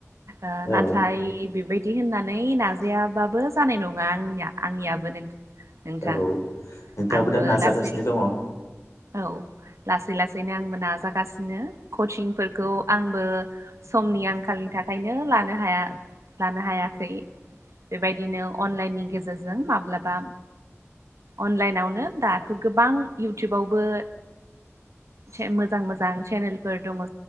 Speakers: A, on the right; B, on the left.
A: ओ नाथाय
B: औ
A: बेबायदि बि होननानै नाजायाबाबो जानाय नङा आंनिया आंनियाबो नोंथां
B: औ नोंथाङाबो
A: आंबो
B: दा नाजागासिनो
A: लासै
B: दङ
A: औ लासै लासैनो आंबो ना जागासिनो कचिंफोरखौ आंबो समनि आंखालनि थाखायनो लानो हाया लानो हायाखै बेबायदिनो अनलाइननि गेजेरजों माब्लाबा अनलाइनावनो दाथ' गोबां इउटुबावबो से मोजां मोजां चेनेलफोर दङ।